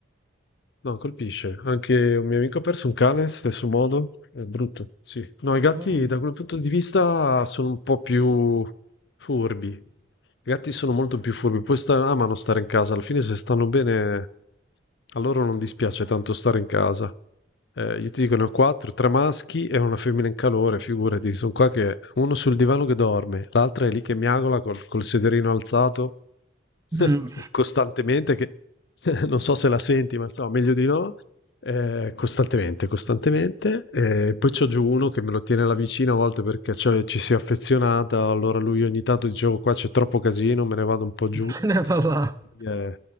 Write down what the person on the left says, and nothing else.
No, colpisce. Anche un mio amico ha perso un cane, stesso modo. È brutto, sì. No, i gatti
da quel punto di vista sono un po' più furbi. I gatti sono molto più furbi, poi sta- amano stare in casa, alla fine se stanno bene a loro non dispiace tanto stare in casa. Eh, io ti dico, ne ho quattro, tre maschi e una femmina in calore, figurati, sono qua che uno sul divano che dorme, l'altra è lì che miagola col, col sederino alzato <laughs>
Costantemente che <laughs> non so se la senti, ma insomma, meglio di no. Eh, costantemente, costantemente. Eh, poi c'ho giù uno che me lo tiene alla vicina a volte perché cioè, ci si è affezionata. Allora lui ogni tanto dicevo qua c'è troppo casino, me ne vado un po' giù.
Eh,